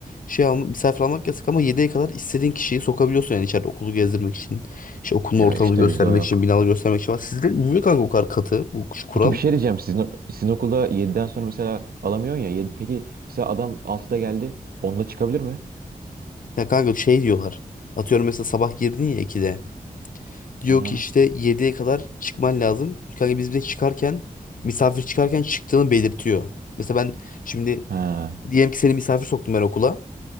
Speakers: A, on the left; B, on the right.
A: şey alma, misafir almak yasak ama 7'ye kadar istediğin kişiyi sokabiliyorsun yani içeride okulu gezdirmek için. işte okulun
B: Ya
A: ortamını
B: işte
A: göstermek
B: bizde o yok.
A: için, binaları göstermek için. falan. Sizde niye kanka bu kadar katı bu kural?
B: Peki bir şey diyeceğim. Sizin, sizin okulda 7'den sonra mesela alamıyorsun ya. Yedi- peki mesela adam altıda geldi. onda çıkabilir mi?
A: Ya kanka şey diyorlar. Atıyorum mesela sabah girdin ya 2'de. Diyor
B: Aha.
A: ki işte 7'ye kadar çıkman lazım. Kanka biz bir de çıkarken misafir çıkarken çıktığını belirtiyor. Mesela ben şimdi
B: Ha.
A: diyelim ki seni misafir soktum ben okula.